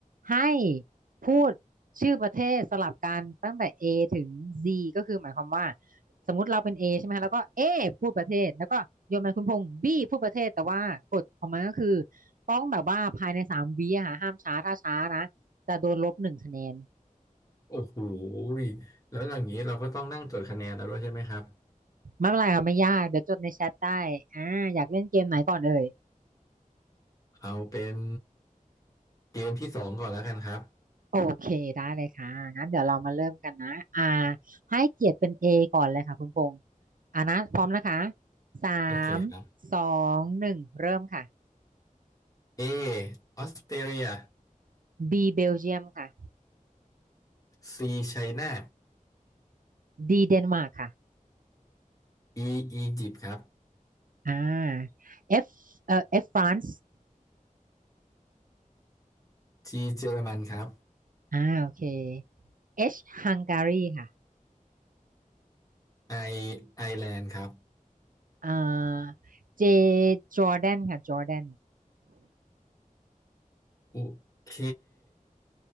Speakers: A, on the right (about 75°); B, on the left (about 25°).
A: ให้พูดชื่อประเทศสลับกันตั้งแต่ A ถึง Z ก็คือหมายความว่า สมมุติเราเป็น A ใช่ไหมคะแล้วก็ A พูดประเทศแล้วก็โยนมาคุณพงษ์ B พูดประเทศแต่ว่ากฎของมันก็คือต้องแบบว่าภายในสามวิอะค่ะห้ามช้าถ้าช้านะจะโดนลบหนึ่งคะแนน
B: โอ้โหยแล้วอย่างนี้เราก็ต้องนั่งจดคะแนนแล้วด้วยใช่ไหมครับ
A: ไม่เป็นไรค่ะไม่ยากเดี๋ยวจดในแชทได้อ่าอยากเล่นเกมไหนก่อนเอ่ย
B: เอาเป็นเกมที่สองก่อนแล้วกันครับ
A: โอเคได้เลยค่ะงั้นเดี๋ยวเรามาเริ่มกันนะอ่าให้เกียรติเป็น A ก่อนเลยค่ะคุณพงษ์อ่านะพร้อมนะคะสาม
B: โอเคครับ
A: สองหนึ่งเริ่มค่ะ
B: A ออสเตรเลีย
A: B เบลเยียมค่ะ
B: C ไชน่า
A: D เดนมาร์กค่ะ
B: E อียิปต์ครับ
A: อ่า F เอ่อ F France
B: G เยอรมันครับ
A: อ่าโอเค H Hungary ค่ะ
B: I ไอร์แลนด์ครับ
A: อ่า J Jordan ค่ะ Jordan
B: โอเค